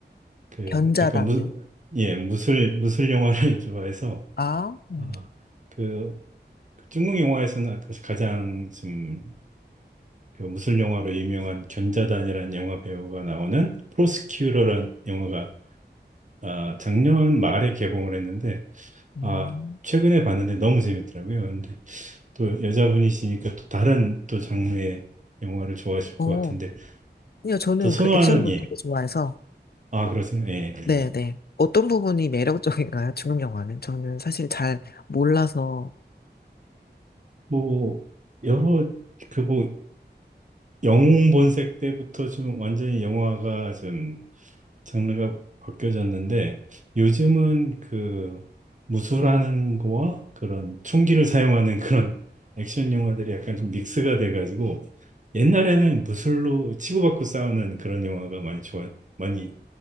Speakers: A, on the right; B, on the left.
A: 그
B: 견자당요.
A: 약간 무, 예, 무술, 무술 영화를 <laughs> 좋아해서,
B: 아, 음.
A: 아, 그, 그 중국 영화에서는 아, 그 가장 좀그 무술 영화로 유명한 견자단이라는 영화 배우가 나오는 프로스큐러라는 영화가 아, 작년 말에 개봉을 했는데,
B: 음.
A: 아, 최근에 봤는데 너무 재밌더라고요. 근데 또 여자분이시니까 또 다른 또 장르의 영화를 좋아하실
B: 오,
A: 것 같은데,
B: 아니요, 저는
A: 또 선호하는,
B: 그 액션도
A: 예.
B: 되게 좋아해서
A: 아, 그렇습니다. 예, 예.
B: 네네.
A: 예.
B: 어떤 부분이 매력적인가요? 중국 영화는 저는 사실 잘 몰라서.
A: 뭐, 여러, 그 뭐, 영웅 본색 때부터 좀 완전히 영화가 좀 장르가 바뀌어졌는데 요즘은 그 무술하는 거와 그런 총기를 사용하는 그런 액션 영화들이 약간 좀 믹스가 돼가지고 옛날에는 무술로 치고받고 싸우는 그런 영화가 많이 좋아 많이